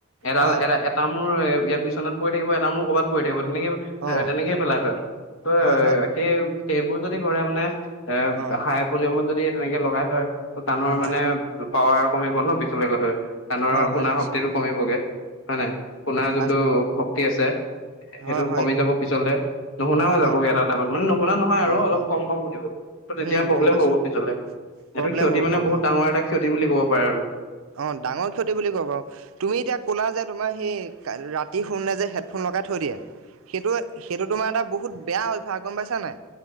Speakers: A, on the left; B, on the right.
A: এডাল
B: হয়
A: এটা এটা মূৰ ইয়াত বিচনাত পৰি থাকিব এটা মোৰ কৰবাত পৰি থাকিব তেনেকে
B: অঁ
A: তেনেকেই পেলাই থয় ত
B: হয় হয়
A: সেই সেইবোৰ যদি কৰে মানে এ
B: অঁ
A: হাই ভলিউমত যদি তেনেকে লগাই থয় ত কাণৰ
B: হয়
A: মানে পাৱাৰ কমিব ন পিছলৈ গ'লে। কাণৰ
B: হয় হয়
A: শুনাৰ
B: নিশ্চয়
A: শক্তিটো কমিবগে হয় নাই? শুনাৰ যোনটো
B: অঁ
A: শক্তি আছে সেইটো
B: হয় হয়
A: কমি যাব পিছলে নুশুনা হৈ যাবগে
B: অঁ
A: এটা টাইমত মানে নুশুনা নহয় আৰু
B: হয়
A: অলপ
B: হয়
A: কম কম শুনিব। ত তেতিয়া
B: উম
A: প্ৰব্লেম
B: গম পাইছোঁ
A: হ'ব পিছলে সেইটো
B: প্ৰব্লেম
A: ক্ষতি
B: হ'ব
A: মানে
B: প্ৰব্লেম
A: বহুত ডাঙৰ এটা ক্ষতি বুলি ক'ব পাৰে আৰু।
B: অ ডাঙৰ ক্ষতি বুলি ক'ব। তুমি এতিয়া ক'লা যে তোমাৰ সেই ৰাতি শুনে যে হেডফোন লগাই থৈ দিয়ে। সেইটো সেইটো তোমাৰ এটা বহুত বেয়া অভ্যাস গম পাইছা নাই।